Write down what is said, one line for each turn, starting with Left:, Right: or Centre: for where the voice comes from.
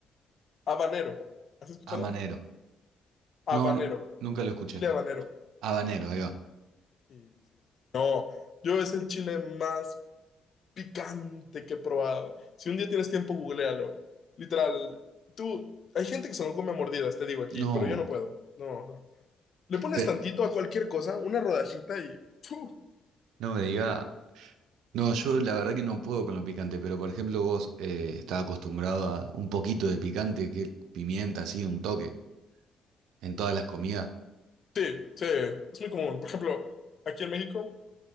Left: Habanero. ¿Has escuchado?
Right: Habanero.
Left: Habanero.
Right: No, no, nunca lo escuché.
Left: Chile habanero.
Right: Habanero, ahí va.
Left: Sí, sí, sí, sí. No, yo es el chile más picante que he probado. Si un día tienes tiempo, googlealo. Literal, tú, hay gente que se lo come a mordidas, te digo aquí,
Right: No,
Left: pero yo no puedo. No, no. Le pones
Right: pe-
Left: tantito a cualquier cosa, una rodajita y... ¡fu!
Right: no me diga. No, yo la verdad que no puedo con lo picante, pero por ejemplo vos eh, estás acostumbrado a un poquito de picante, que pimienta así, un toque, en todas las comidas.
Left: Sí, sí, es muy común. Por ejemplo, aquí en México,